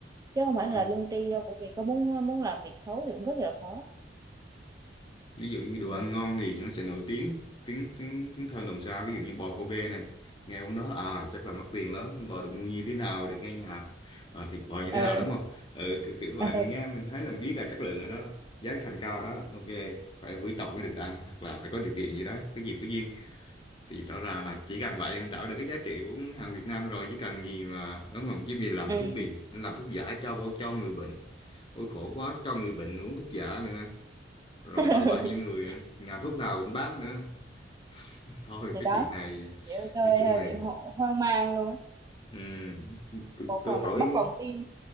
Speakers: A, on the right; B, on the left.
A: chứ không phải
B: Ừm.
A: là lương tri đâu bởi vì có muốn muốn làm việc xấu thì cũng rất là khó
B: ví dụ như đồ
A: ừ.
B: ăn ngon thì nó sẽ nổi tiếng tiếng tiếng tiếng thơm đồng xa ví dụ như bò Kobe này nghe món đó à chắc là mắc tiền lắm bò được nuôi như thế nào được nghe nhà à, thịt bò như
A: Ờ.
B: thế nào đúng không ừ, kiểu, kiểu vậy
A: <laughs>
B: mình nghe mình thấy là mình biết là chất lượng rồi đó giá thành cao đó ok phải quý tộc mới được ăn hoặc là phải có điều kiện gì đó cái gì có duyên thì rõ ràng là chỉ cần vậy em tạo được cái giá trị của hàng Việt Nam rồi chứ cần gì mà đúng không chứ vì làm
A: ừ.
B: thuốc đi làm thuốc giả cho cho người bệnh ôi khổ quá cho người bệnh uống thuốc giả nữa rồi
A: <laughs>
B: bởi bởi những người nhà thuốc nào cũng bán nữa <laughs> thôi
A: thì
B: cái
A: đó
B: chuyện này
A: Chị ơi, tôi
B: nói chung
A: hơi
B: là
A: bị ho hoang mang luôn á.
B: ừm, tôi,
A: Một
B: tôi
A: hồi mình
B: hỏi
A: mất lòng tin.